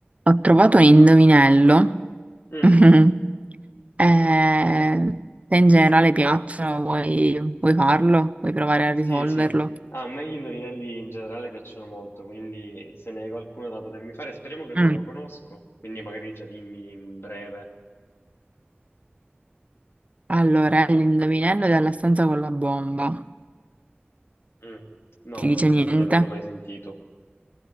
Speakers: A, on the right (about 35°); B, on the left (about 85°).
A: Ho trovato un indovinello.
B: Mm,
A: <laughs> Eh, te in generale piacciono, vuoi, vuoi farlo? Vuoi provare a
B: sì,
A: risolverlo?
B: sì. Ah, A me gli indovinelli in generale piacciono molto, quindi se ne hai qualcuno da potermi fare, speriamo che non
A: Mm.
B: lo conosco, quindi magari già dimmi in breve.
A: Allora, è l'indovinello della stanza con la bomba.
B: Mm, No,
A: Ti dice
B: non credo
A: niente?
B: di averlo mai sentito.